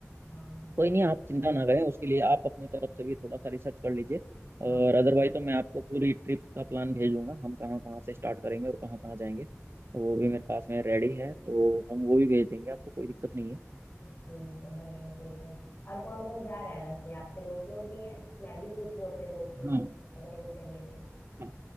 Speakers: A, on the left; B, on the right.
A: हाँ
B: कोई
A: ये
B: नहीं आप चिंता ना करें उसके लिए आप अपनी तरफ से भी थोड़ा सा रिसर्च कर लीजिए
A: हाँ
B: और अदरवाइज तो मैं आपको पूरी ट्रिप का प्लान भेजूंगा हम कहाँ कहाँ से स्टार्ट करेंगे और कहाँ कहाँ जाएंगे वो भी मेरे पास में रेडी है तो हम वो भी भेज देंगे आपको कोई दिक्कत नहीं है
A: तो ठीक है बढ़िया फिर तो और कौन कौन जा रहा है वैसे आपके दोस्त लोग भी हैं मैं भी पूछ लूँ अपने दोस्तों
B: हाँ
A: से अगर वो चले तो
B: हाँ